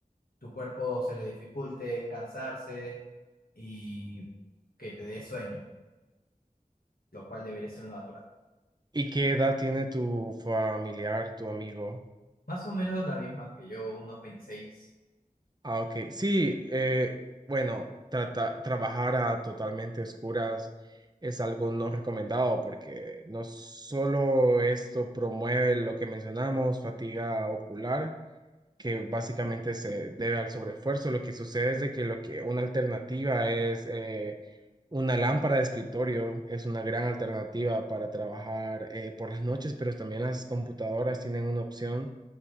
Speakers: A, on the left; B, on the right.
A: tu cuerpo se le dificulte cansarse y que te dé sueño, lo cual debería ser lo natural.
B: ¿Y qué edad tiene tu familiar, tu amigo?
A: Más o menos la misma que yo, unos veintiséis
B: Ah, ok. Sí, eh, bueno, trata- trabajar a totalmente oscuras es algo no recomendado porque no solo esto promueve lo que mencionamos, fatiga ocular, que básicamente se debe al sobreesfuerzo. Lo que sucede es de que, lo que una alternativa es eh, una lámpara de escritorio es una gran alternativa para trabajar eh, por las noches, pero también las computadoras tienen una opción